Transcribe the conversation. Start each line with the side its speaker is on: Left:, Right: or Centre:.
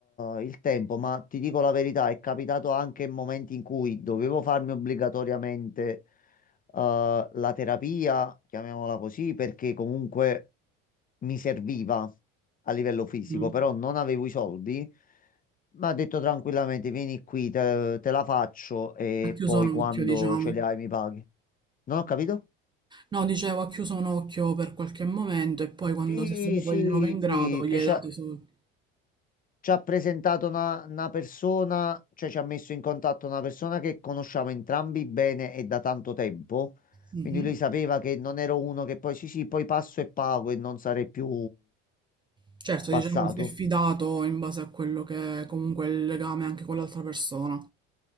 Left: eh, il tempo, ma ti dico la verità, è capitato anche in momenti in cui dovevo farmi obbligatoriamente eh, la terapia, chiamiamola così, perché comunque mi serviva a livello fisico,
Right: Mm.
Left: però non avevo i soldi. Mi ha detto tranquillamente, vieni qui, te, te la faccio e
Right: Ha chiuso
Left: poi
Right: un
Left: quando
Right: occhio, diciamo.
Left: ce li hai mi paghi. Non ho capito?
Right: No, dicevo, ha chiuso un occhio per qualche momento e poi quando
Left: Sì,
Right: sei stato poi
Left: sì,
Right: di nuovo in grado
Left: sì,
Right: gli
Left: che
Right: hai
Left: c'ha...
Right: dato i soldi.
Left: ci ha presentato una, una persona, cioè ci ha messo in contatto una persona che conosciamo entrambi bene e da tanto tempo.
Right: Mhm.
Left: Quindi lui sapeva che non ero uno che poi sì, sì, poi passo e pago e non sarei più
Right: Certo,
Left: passato.
Right: diciamo, si è fidato in base a quello che è comunque è il legame anche con l'altra persona.